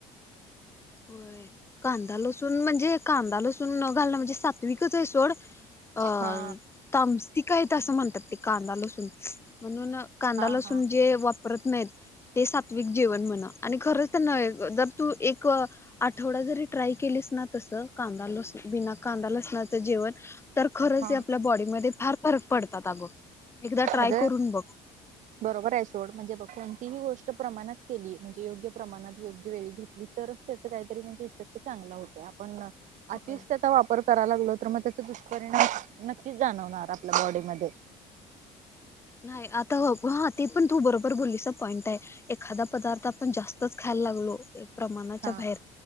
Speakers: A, on the left; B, on the right.
A: होय कांदा लसूण म्हणजे कांदा लसूण न घालणं म्हणजे सात्विकच आहे सोड <unintelligible>
B: हा
A: तामसिक आहेत असं म्हणतात ते कांदा लसूून म्हणून कांदा
B: हा
A: लसून
B: हा
A: जे वाप रत नाहीत ते सात्विक जेवण म्हण. आणि खरच त्यांना जर तू एक आठवडा जरी ट्राय केलीस ना तस, कांदा -लसुन बिना कांदा लसणाचं जेवण, तर खरंच
B: हा
A: आपल्या बॉडीमध्ये फार फरक पडतात अगं. एकदा ट्राय
B: अगं
A: करून बघ.
B: बरोबर आहे सोड. म्हणजे बघ, कोणतीही गोष्ट प्रमाणात केली. म्हणजे योग्य प्रमाणात योग्य वेळी घेतली तर, त्याच काहीतरी म्हणजे इफेक्ट चांगला होते. आपण अतीच
A: होय
B: त्याचा वापर करायला लागल तर मग, त्याचा दुष्परिणाम नक्कीच जाणवणार आपल्या बॉडीमध्ये.
A: नाही आता हो. ते पण तू बरोबर बोललीस पॉईंट आहे. एखादा पदार्थ आपण जास्तच खायला लागलो. प्रमाणाच्या
B: हा
A: बाहेर